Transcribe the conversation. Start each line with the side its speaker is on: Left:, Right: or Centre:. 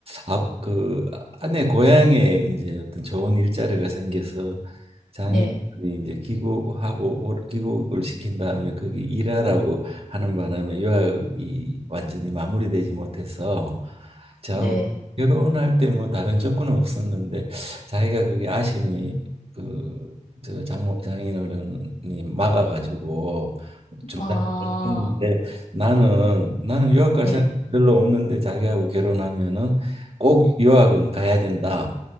Right: 아, 그 아내 고향에 이제 어떤 좋은 일자리가 생겨서 장애인들이
Left: 네.
Right: 이제 귀국하고 올- 귀국을 시킨 다음에 거기 일하라고 하는 바람에 유학이 완전히 마무리되지 못해서 저하고
Left: 네.
Right: 결혼할 때 뭐 다른 조건은 없었는데 자기가 그게 아쉬움이 그저 장모 장인어른이 막아가지고 중단을
Left: 아,
Right: 했는데 나는 나는 유학 갈
Left: 네.
Right: 생각 별로 없는데 자기하고 결혼하면은 꼭 유학은 가야 된다.